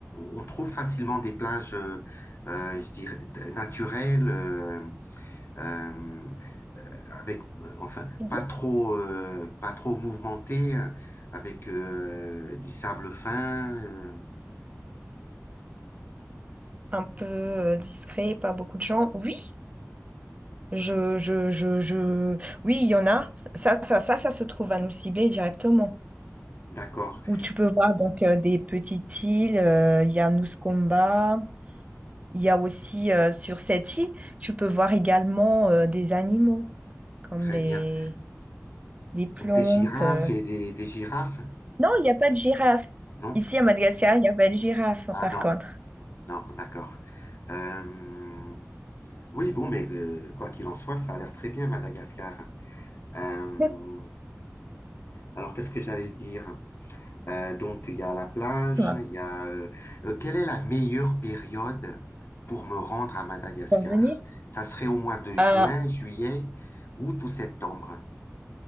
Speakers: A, on the left (about 50°); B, on the right (about 25°).
A: on trouve facilement des plages, euh, euh, je dirais, d- naturelles. euh, euh, euh, avec, euh, enfin,
B: Mhm.
A: pas trop, euh, pas trop mouvementé, euh, avec euh, du sable fin. euh,
B: Un peu euh, discret, pas beaucoup de gens. Oui, Je, je, je, je... Oui, il y en a. Ça, ça, ça, ça se trouve à Nosy Be directement.
A: d'accord,
B: Où tu peux voir donc euh, des petites îles. euh, Il y a Koumba. Il y a aussi euh, sur cette île, tu peux voir également euh, des animaux comme
A: très
B: les,
A: bien.
B: les plantes.
A: Donc des girafes
B: euh.
A: et des, des girafes,
B: Non, il n'y a pas de girafe.
A: non?
B: Ici à Madagascar, il n'y a pas de girafe hein,
A: Ah
B: par
A: non,
B: contre.
A: non, d'accord. Euh, oui, bon, mais euh, quoi qu'il en soit, ça a l'air très bien, Madagascar. Euh,
B: <laughs>
A: alors, qu'est-ce que j'allais dire? Euh, donc, il y a la plage,
B: Pour
A: il y a... euh, euh, quelle est la meilleure période pour me rendre à Madagascar?
B: venir.
A: Ça serait au mois de juin,
B: Euh,
A: juillet, août ou septembre.